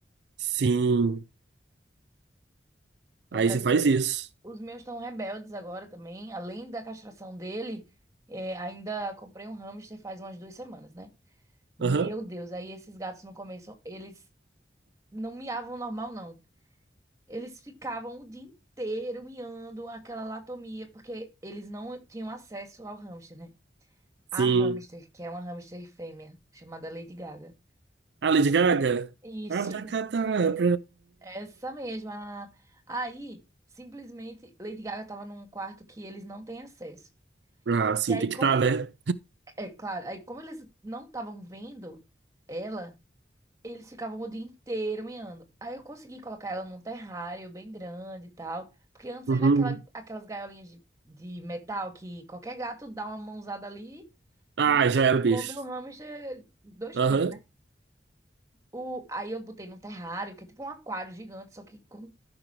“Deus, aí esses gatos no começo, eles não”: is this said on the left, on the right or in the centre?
Right